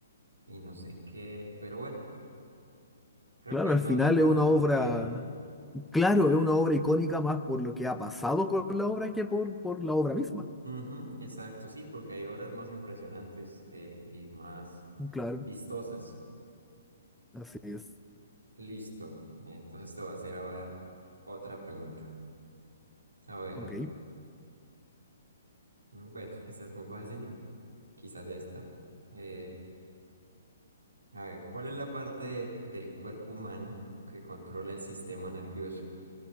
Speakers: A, on the right (about 70°); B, in the centre.
A: y no sé qué, pero bueno. Creo
B: claro,
A: que es
B: al
A: más
B: final
A: la fama
B: es una obra,
A: que tiene.
B: claro, es una obra icónica más por lo que ha pasado con la obra que por, por la obra misma.
A: Ujú, exacto, sí, porque hay obras más impresionantes eh, y más
B: Claro,
A: vistosas.
B: así es.
A: Listo. Entonces te voy a hacer ahora otra pregunta. A ver,
B: Ok,
A: mm, bueno, <laughs> esa es muy fácil, quizás esta. Eh, a ver, ¿cuál es la parte del cuerpo humano que controla el sistema nervioso?